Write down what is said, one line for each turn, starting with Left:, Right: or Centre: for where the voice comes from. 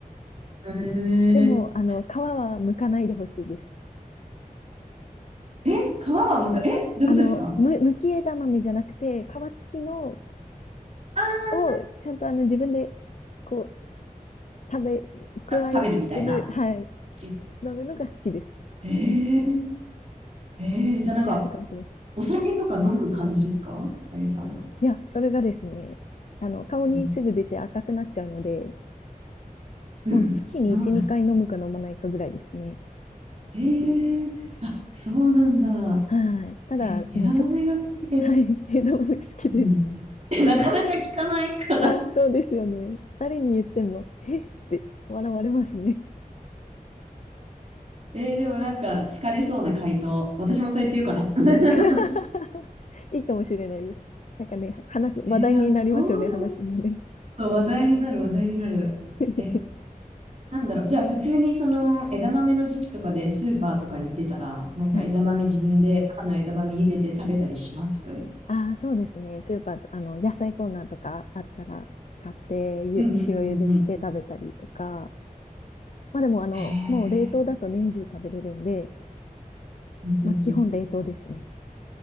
Right: へえ
Left: でも、あの、皮は剥かないでほしいです。
Right: え、皮はむか、え、どういうことですか
Left: あの、む、剥き枝豆じゃなくて、皮付きの
Right: あ
Left: をちゃんとあの自分でこう、食べ、加えてる、
Right: ー食べるみたいな。
Left: はい、
Right: 口
Left: 乗るのが好きです。
Right: へええーじゃあなんか、
Left: めちゃくちゃ変わってます。
Right: お酒とか飲む感じですかあゆさんは。
Left: いや、それがですね、あの、顔にすぐ出て赤くなっちゃうので、
Right: うん。<laughs> うん飲まない。
Left: もう月に1、2回飲むか飲まないかぐらいですね。
Right: へえーあ、そうなんだ。
Left: はい。ただ、
Right: え、枝豆が好きです。
Left: もうしょ、<laughs> はい。<laughs> 枝豆好きです。
Right: うん。<laughs> なかなか聞かないから。
Left: あ、そうですよね。誰に言っても、えって笑われますね。
Right: えー、でもなんか好かれそうな回答。私もそうやって言うかな。<laughs>
Left: <laughs> いいかもしれないです。なんかね、話、話題になりますよね、
Right: えー、あ、そうなる
Left: 話がね。
Right: と話題になる、話題になる。
Left: <laughs>
Right: え、なんだろう。じゃあ普通にその枝豆の時期とかでスーパーとかに出たら、なんか枝豆自分で生の枝豆茹でて食べたりします
Left: はい。ああ、そうですね。スーパー、あの、野菜コーナーとかあったら、買ってゆ、
Right: うんうんうんうん。
Left: 塩茹でして食べたりとか。まあでも、あの、
Right: へえ。
Left: もう冷凍だと年中食べれるんで、
Right: うんうんうん。
Left: まあ基本冷凍ですね。